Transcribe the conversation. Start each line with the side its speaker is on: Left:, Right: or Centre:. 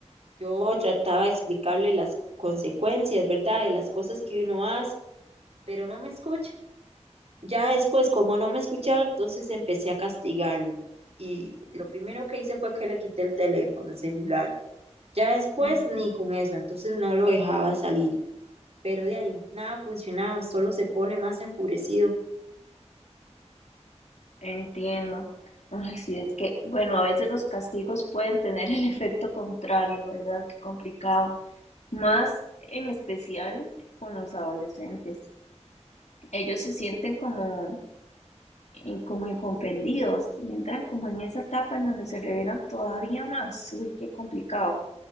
Right: Yo trataba de explicarle las consecuencias, ¿verdad? De las cosas que uno hace, pero no me escucha. Ya después, como no me escuchaba, entonces empecé a castigarlo. Y lo primero que hice fue que le quité el teléfono, el celular. Ya después,
Left: Ujú,
Right: ni con eso, entonces no lo dejaba salir. Pero de ahí, nada funcionaba, solo se pone más enfurecido.
Left: Entiendo. Ay, sí, es que, bueno, a veces los castigos pueden tener el efecto contrario, ¿verdad? Qué complicado. Más en especial con los adolescentes. Ellos se sienten como, in- como incomprendidos y entran como en esa etapa en donde se revelan todavía más. Uy, qué complicado.